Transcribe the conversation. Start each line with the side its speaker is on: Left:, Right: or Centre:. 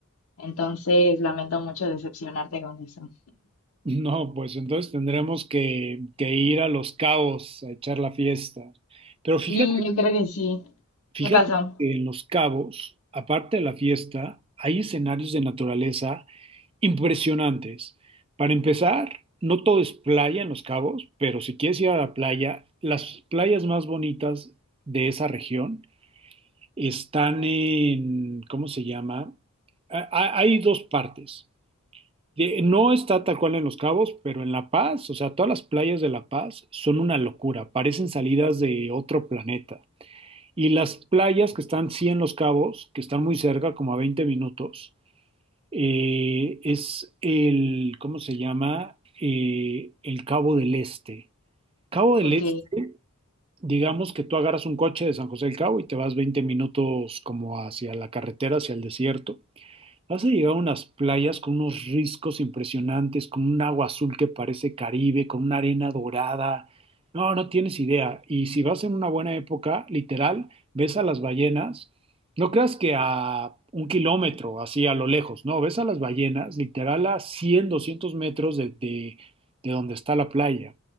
Left: Entonces, lamento mucho decepcionarte con eso.
Right: No, pues entonces tendremos que, que ir a Los Cabos a echar la fiesta. Pero fíjate.
Left: Sí, yo creo que sí.
Right: Fíjate
Left: ¿Qué pasó?
Right: que en Los Cabos, aparte de la fiesta, hay escenarios de naturaleza impresionantes. Para empezar, no todo es playa en Los Cabos, pero si quieres ir a la playa, las playas más bonitas de esa región están en, ¿cómo se llama? A- a- Hay dos partes. De- No está tal cual en Los Cabos, pero en La Paz, o sea, todas las playas de La Paz son una locura, parecen salidas de otro planeta. Y las playas que están, sí, en Los Cabos, que están muy cerca, como a 20 minutos, eh, es el, ¿cómo se llama? Eh, el Cabo del Este. Cabo del
Left: Ok.
Right: Este, digamos que tú agarras un coche de San José del Cabo y te vas 20 minutos como hacia la carretera, hacia el desierto. Has llegado a unas playas con unos riscos impresionantes, con un agua azul que parece Caribe, con una arena dorada. No, no tienes idea. Y si vas en una buena época, literal, ves a las ballenas. No creas que a un kilómetro, así a lo lejos, no, ves a las ballenas, literal a 100, 200 metros de, de- de donde está la playa.